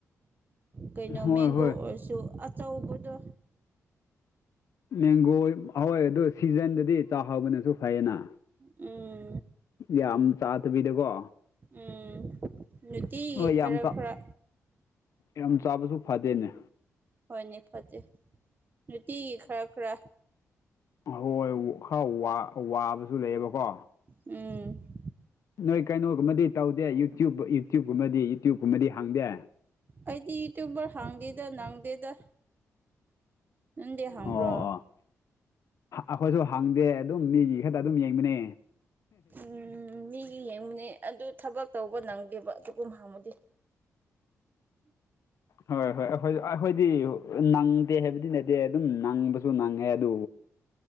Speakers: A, on the right; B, on the left.
A: ꯀꯩꯅꯣ
B: ꯍꯣꯏ
A: ꯃꯦꯡꯒꯣ
B: ꯍꯣꯏ
A: ꯑꯣꯏꯔꯁꯨ ꯑꯆꯧꯕꯗꯣ
B: ꯃꯦꯡꯒꯣ ꯍꯣꯏ ꯑꯗꯨ ꯁꯤꯖꯟꯗꯗꯤ ꯆꯥ ꯍꯧꯕꯅꯁꯨ ꯐꯩꯌꯦꯅ
A: ꯎꯝ
B: ꯌꯥꯝ ꯆꯥꯗꯕꯤꯗꯀꯣ
A: ꯎꯝ ꯅꯨꯡꯇꯤꯒꯤ
B: ꯍꯣꯏ ꯌꯥꯝ
A: ꯈꯔ ꯈꯔ
B: ꯌꯥꯝ ꯆꯥꯕꯁꯨ ꯐꯗꯦꯅꯦ
A: ꯍꯣꯏꯅꯦ ꯐꯠꯇꯦ ꯅꯨꯡꯇꯤꯒꯤ ꯈꯔ ꯈꯔ
B: ꯑꯍꯣꯏ ꯈꯔ ꯋꯥ ꯋꯥꯕꯁꯨ ꯂꯩꯌꯦꯕꯀꯣ
A: ꯎꯝ
B: ꯅꯣꯏ ꯀꯩꯅꯣꯒꯨꯝꯕꯗꯤ ꯇꯧꯗꯦ ꯌꯨꯇ꯭ꯌꯨꯞ ꯌꯨꯇ꯭ꯌꯨꯞꯀꯨꯝꯕꯗꯤ ꯌꯨꯇ꯭ꯌꯨꯞꯀꯨꯝꯕꯗꯤ ꯍꯥꯡꯗꯦ
A: ꯑꯩꯗꯤ ꯌꯨꯇꯨꯕꯔ ꯍꯥꯡꯗꯦꯗ ꯅꯪꯗꯦꯗ ꯅꯪꯗꯤ ꯍꯥꯡꯕ꯭ꯔꯣ
B: ꯑꯣ ꯑꯣ ꯑꯈꯣꯏꯁꯨ ꯍꯪꯗꯦ ꯑꯗꯨꯝ ꯃꯤꯒꯤ ꯈꯛꯇ ꯑꯗꯨꯝ ꯌꯦꯡꯕꯅꯦ
A: ꯎꯝ ꯃꯤꯒꯤ ꯌꯦꯡꯕꯅꯦ ꯑꯗꯨ ꯊꯕꯛ ꯇꯧꯕ ꯅꯪꯗꯦꯕ ꯑꯗꯨꯒꯨꯝ ꯍꯥꯡꯉꯨꯗꯤ
B: ꯍꯣꯏ ꯍꯣꯏ ꯑꯩꯈꯣꯏ ꯑꯩꯈꯣꯏꯗꯤ ꯅꯪꯗꯦ ꯍꯥꯏꯕꯗꯤ ꯅꯠꯇꯦ ꯗꯦ ꯑꯗꯨꯝ ꯅꯪꯕꯁꯨ ꯅꯪꯉꯦ ꯑꯗꯨ